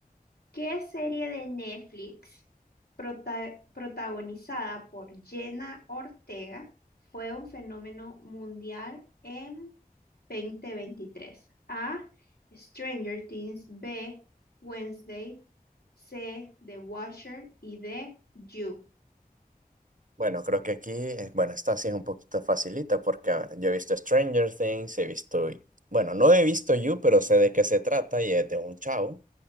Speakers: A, on the left; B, on the right.
A: ¿Qué serie de Netflix prota- protagonizada por Jenna Ortega fue un fenómeno mundial en 2023? A. Stranger Things. B. Wednesday. C. The Watcher. Y D. You.
B: Bueno, creo que aquí, eh, bueno, esta sí es un poquito facilita porque, a ver, yo he visto Stranger Things, he visto, bueno, no he visto You, pero sé de qué se trata y es de un chavo.